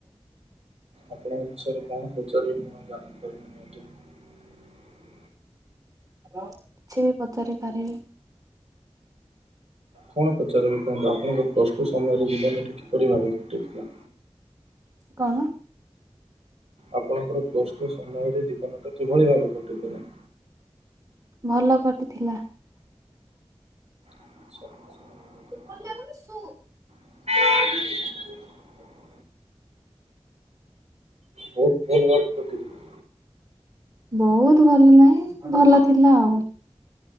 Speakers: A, on the right; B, on the right.
A: ଆପଣଙ୍କ ବିଷୟରେ କଣ ପଚାରିବି ମୁଁ ଜାଣିପାରୁନି ଆଜ୍ଞା।
B: କିଛି ବି ପଚାରି ପରିବେ?
A: କଣ ପଚାରିବି କୁହନ୍ତୁ ଆପଣଙ୍କ ପ୍ଲସ ଟୁ ସମୟରେ ଜୀବନୀଟି କିପରି ଭାବେ କଟିଥିଲା?
B: କଣ?
A: ଆପଣଙ୍କର ପ୍ଳଷ୍ଟୁ ସମୟରେ ଜୀବନଟା କିଭଳି ଭାବେ କଟିଥିଲା?
B: ଭଲ କଟିଥିଲା।
A: <inaudible>
B: <unintelligible>
A: <inaudible> ବହୁତ ଭଲ ଭାବେ କଟି ଥିଲା।
B: ବହୁତ ଭଲ ନାହିଁ ଭଲ ଥିଲା ଆଉ।